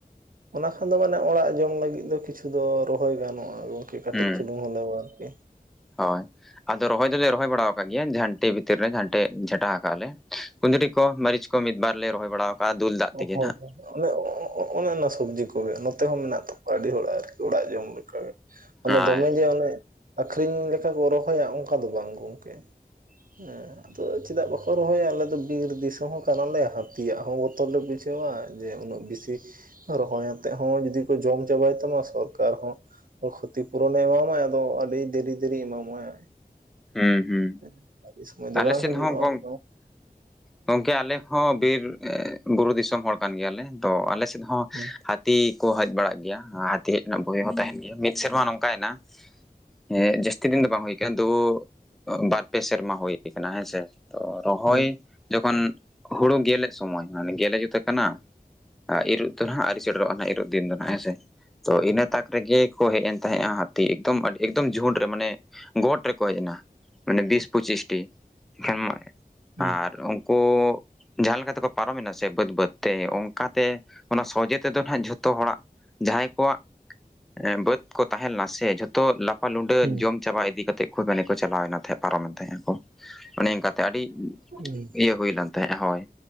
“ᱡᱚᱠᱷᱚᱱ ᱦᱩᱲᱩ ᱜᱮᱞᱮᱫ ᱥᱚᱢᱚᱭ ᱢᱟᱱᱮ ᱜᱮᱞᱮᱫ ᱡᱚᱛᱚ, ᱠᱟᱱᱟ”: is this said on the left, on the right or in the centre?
Centre